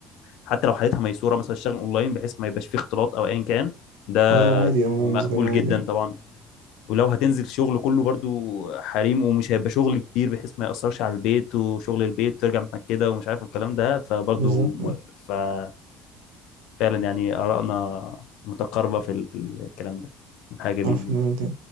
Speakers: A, on the left; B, on the right.
A: حتى لو حالتها ميسوره مثلا الشغل اونلاين بحيث ما يبقاش فيه اختلاط او ايا كان ده
B: اه ده عادي اه
A: مقبول
B: ده بالنسبه لي عادي
A: جدا طبعا ولو هتنزل شغل كله برضو حريم ومش هيبقى شغل كبير بحيث ما يأثرش على البيت وشغل البيت ترجع متأكدة ومش عارف الكلام ده فبرضو
B: بالظبط
A: موافق
B: آه.
A: ففعلا يعني آرائنا متقاربة في ال- في الكلام ده حاجة جميلة
B: عارف
A: جدا
B: ان هو ده